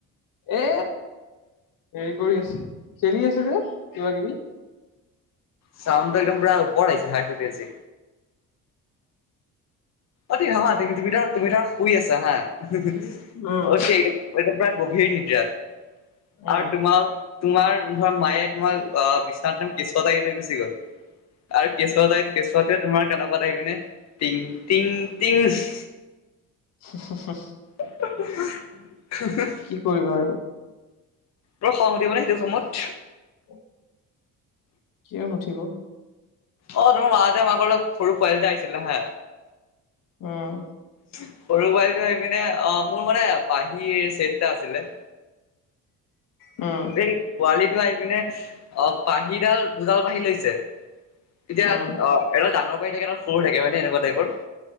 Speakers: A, on the left; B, on the left.
A: এ হেৰি কৰি আছে খেলি আছে যে কিবা কিবি।
B: চাউণ্ড টো একদম পুৰা ওপৰত আহিছে হাই ফ্ৰিকুয়েন্সি। অতি সহজ তুমি তাৰ তুমি তাৰ শুই আছা হা হি হি অ'ক দেন
A: উম,
B: একদম প্ৰায় গভীৰ নিদ্ৰাত
A: উম,
B: আৰু তোমাৰ তোমাৰ ধৰা মায়ে তোমাৰ আহ বিছনাটোত কেঁচুৱা এটা এৰি থৈ গুচি গ'ল। আৰু কেঁচুৱা তাই কেঁচুৱাতে তোমাৰ কেনেকুৱা থাকি পিনে টিং টিং টিং সিস
A: হু হু হু
B: উ উ হু উ হুম হুম।
A: কি কৰিবা আৰু
B: বৰ খং উঠিব নে সেইটো সময়ত।
A: হয়। কিয় নুউঠিব?
B: অ তোমাৰ মা হঁতে মাকৰ লগত সৰু পোৱালি এটা আহিছিলে হা
A: উম উ উ-
B: ঠুং সৰু পোৱালিটো আহি পিনে অ মোৰ মানে বাঁহীৰ ছেট এটা আছিলে
A: উম,
B: এই পোৱালিটো আহি পিনে ইস্ অ পাহিডাল দুডাল পাহি লৈছে। এতিয়া
A: উম,
B: অ এজন ডাঙৰ বাৰী থাকে এটা সৰু থাকে হয় নে এনেকুৱা টাইপৰ